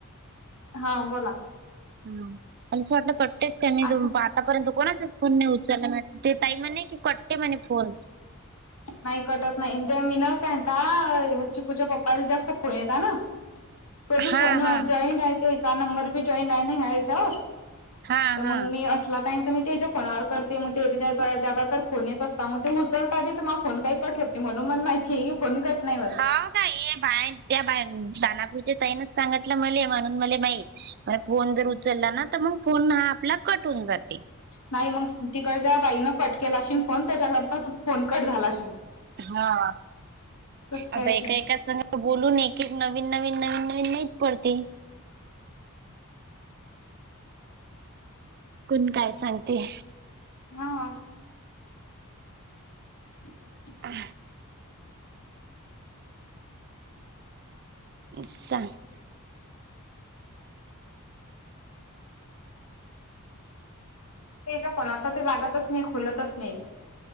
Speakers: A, on the left; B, on the right.
A: हा बोला
B: मला असं वाटलं कटतेस काय मी
A: असं
B: आतापर्यंत कोणाचाच फोन नाही उचला ताई म्हने की कटते म्हणे फोन
A: नाही कटत नाही ते मी न कंटाळा चिकूच्या पप्पाचा जास्त फोन येता ना तो बि
B: हा
A: फोन
B: हा
A: जॉइंट आहेय ते सा नंबर भी जॉइंट आय ना हच्यावर
B: हा
A: तर
B: हा
A: मग मी अस ला टाईम तर मी त्याच्या फोनावर करते मग ते तर फोन येत असता मग ते उचलता बीग फोन काही कट होते म्हणून मण माहितीय व्ह्यो फोन कट नाही होत
B: हो का हे बा त्या बा दानापूरच्या तईनच सांगितलं मले म्हणून मला माईत फोन जर उचलला ना तर मग फोन हा आपला कट होऊन जाते
A: नाही मग तिकडे ज्या बाईनं कट केलाशल फोन त्याच्याकरता त फोन कट झालाशेल
B: हा आता
A: काय असेल
B: एका एका संग बोलून एक एक नवीन नवीन नवीन नवीन नाहीत पडते कोण काय सांगते
A: हा <inaudible>
B: हां <inaudible>
A: त्याच्या फोन आता ते लागतच नाही खोलतच नाहीत